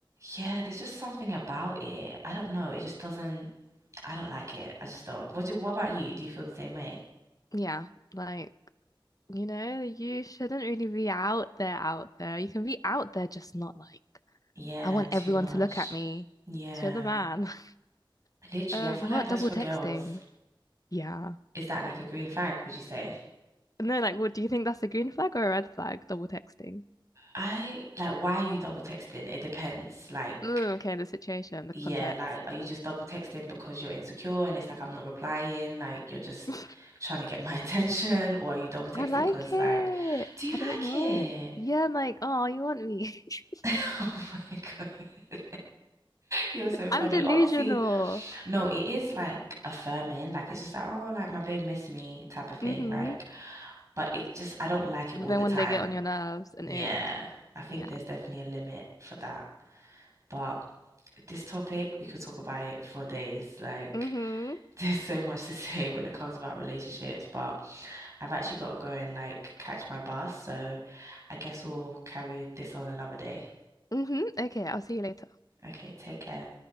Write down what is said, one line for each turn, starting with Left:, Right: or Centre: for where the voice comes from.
Right: yeah, there's just something about it. I don't know. It just doesn't. I don't like it. I just don't. What do, what about you? Do you feel the same way?
Left: Yeah, like, you know, you shouldn't really be out there, out there. You can be out there, just not like,
Right: Yeah,
Left: I want
Right: too
Left: everyone
Right: much.
Left: to look at me
Right: Yeah.
Left: because you're the man. <laughs>
Right: Literally,
Left: Um,
Right: I feel
Left: what
Right: like
Left: about
Right: that's
Left: double
Right: for
Left: texting?
Right: girls.
Left: Yeah.
Right: Is that like a green flag, would you say?
Left: No, like, what do you think that's a green flag or a red flag? Double texting.
Right: I like why are you double texting? It depends. Like,
Left: Mm, okay, the situation, the
Right: yeah,
Left: context.
Right: like are you just double texting because you're insecure and it's like I'm not replying, like you're
Left: <laughs>
Right: just
Left: I
Right: trying to get my <laughs> attention, or are you double texting
Left: like
Right: because
Left: it.
Right: like, do you
Left: I
Right: like
Left: don't know.
Right: it?
Left: Yeah, I'm like, oh, you want me? <laughs>
Right: <laughs> Oh my God. You're so funny.
Left: I'm delusional.
Right: Obviously, no, it is like affirming. Like it's just like, oh, like my babe missed me type of thing.
Left: Mm-hmm.
Right: Like, but it just I don't like it
Left: Then
Right: all the time.
Left: when they get on your nerves and
Right: Yeah.
Left: ick,
Right: I think
Left: yeah.
Right: there's definitely a limit for that. But this topic, we could talk about it for days. Like,
Left: Mm-hmm.
Right: <laughs> there's so much to say when it comes about relationships, but I've actually got to go and like catch my bus, so I guess we'll carry this on another day.
Left: Mm-hmm. Okay, I'll see you later.
Right: Okay, take care.